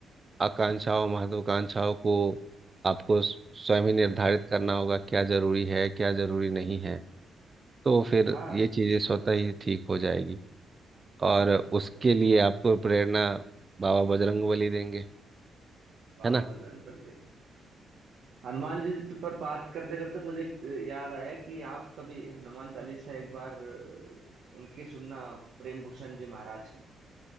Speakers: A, on the right; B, on the right.
A: आकांक्षाओं महत्वाकांक्षाओं को आपको स्वयं ही निर्धारित करना होगा क्या जरूरी है क्या जरूरी नहीं है तो फिर
B: हाँ
A: ये चीजें स्वतः ही ठीक हो जाएगी और उसके
B: सही
A: लिए आपको प्रेरणा बाबा बजरंगबली देंगे
B: बाबा
A: है ना
B: बजरंग बल हनुमान जी पे- पर बात करते करते मुझे एक, अ, याद आया कि आप कभी हनुमान चालीसा एक बार अ, उनकी सुनना प्रेम भूषण जी महाराज की